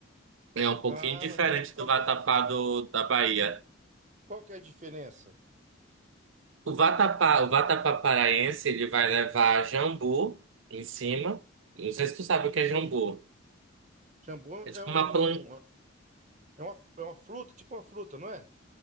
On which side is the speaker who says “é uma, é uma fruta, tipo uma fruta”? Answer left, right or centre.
Right